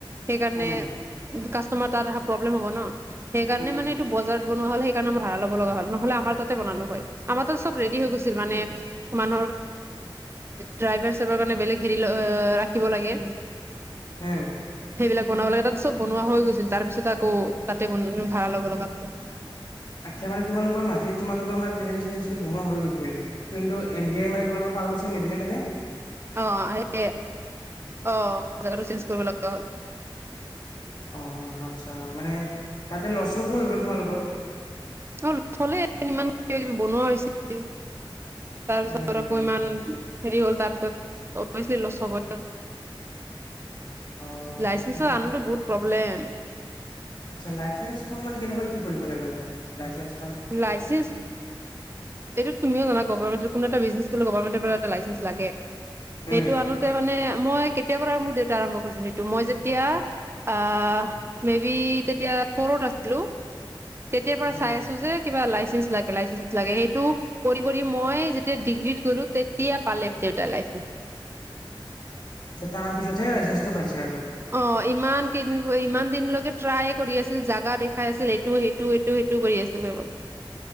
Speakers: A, on the right; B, on the left.
A: সেইকাৰণে
B: উম
A: কাচ তোমাৰ তাত আহা প্ৰব্লেম হ'ব ন সেইকাৰণে
B: উম
A: মানে এইটো বজাৰ বনোৱা হ'লেই কাৰণ ভা়ৰা ল'ব লগা'ল নহলে আমাৰ তাত হয় আমাৰব ৰে হৈ গ মানে মান কাৰ চ হ <inaudible> থাকিব লাগে।
B: হম
A: সেইবিলাক বনাব লাগে। তাত চব বনোৱা হৈ গৈছিল তাৰ পিছত আকৌ তাতে বন ভাড়া ল'ব লগা
B: আচ্ছা মানে তোমালোকৰ মাটিত তোমালোক মানে ট্ৰভেল এজেঞ্চি বনোৱা হৈ গৈছিল কিন্তু এম বি আই মানে তোমালোকৰ পাৰ্মিশন নিদিলে কেণে
A: অ স অ <inaudible> জগাটো চেঞ্জ কৰিব লগা হ'ল।
B: অ আচ্ছা মানে তাতে লচ চচ হৈ গ'ল তোমালোকৰ
A: অ থলে ইমান কিবা কিবি বনোৱা হৈছিল তাৰপিছতকম
B: উম,
A: ইমান হেৰি হ'ল তাৰপিছত অলব <inaudible>
B: অ',
A: লাইচেন্ঞ্চৰ
B: তাকে
A: আনোতে
B: ক
A: বহুত প্ৰব্লেম
B: আচ্ছা লাইচেন্ঞ্চখন মানে কেনেকৈ কি কৰিব লাগে মানে লাইেঞ্চ
A: লাইচেন্ঞ্চ এইটো তুমিও জানা গভমেন্ট কোনো এটা বিজনেচ কৰিো গভমেন্টৰ পৰা এটা লাইচেন্স লাগে
B: উম,
A: সেইটো আনোতে মানে মই কেতিয় পৰা মোৰ দেউতা আৰম্ভ কৰিছিলো সেইটো মই যেতিয়া আহ মে বি তেতিয়া ফৰত আছিলো তেতিয়াৰ পৰা
B: উম,
A: চাই আছো যে লাইচেঞ্চ লাগে লাইচেঞ্চ লাগে সেই তো কৰি কৰি মই ডিগ্ৰ্ গলো তেতিয়া পালে দেউতাৰ লাইচে
B: তাৰ পিছতহে লাইচেন্ঞ্চটো পাইছে আৰু
A: অ ইমান কেইদিন ইমান দিনলৈকে ট্ৰাই কৰি আছিল জাগা দেখি, খাই আছিল এইটো সেইটো এইটো সেইটো কৰি আছিল আৰু